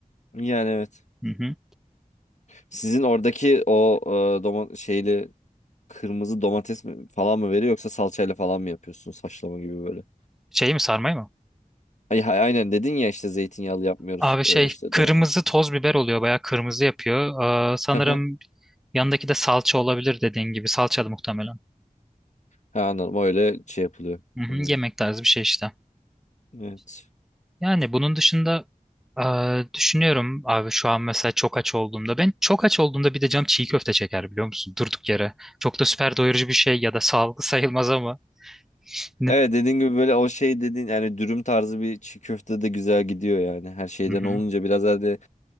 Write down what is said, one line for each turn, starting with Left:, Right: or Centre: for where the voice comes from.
Left: Yani evet.
Centre: Hı hı.
Left: Sizin oradaki o e, domates şeyli kırmızı domates mi falan mı veriyor yoksa salçayla falan mı yapıyorsunuz haşlama gibi böyle.
Centre: Şey mi sarmayı mı?
Left: Ay, hay- aynen dedin ya işte zeytinyağlı yapmıyoruz
Centre: Abi şey
Left: e, işte
Centre: kırmızı
Left: domates.
Centre: toz biber oluyor bayağı kırmızı yapıyor. E, sanırım
Left: <laughs>
Centre: yanındaki de salça olabilir dediğin gibi salçalı muhtemelen.
Left: Ha, anladım öyle şey yapılıyor.
Centre: Hı hı.
Left: Anladım.
Centre: Yemek tarzı bir şey işte.
Left: Evet.
Centre: Yani bunun dışında eee, düşünüyorum abi şu an mesela çok aç olduğumda ben çok aç olduğumda bir de cam çiğ köfte çeker biliyor musun? Durduk yere. Çok da süper doyurucu bir şey ya da sağlıklı sayılmaz ama. Ne-
Left: Evet dediğin gibi böyle o şey dediğin yani dürüm tarzı bir çiğ köfte de güzel gidiyor yani. Her şeyden
Centre: Hı hı,
Left: olunca biraz evvel de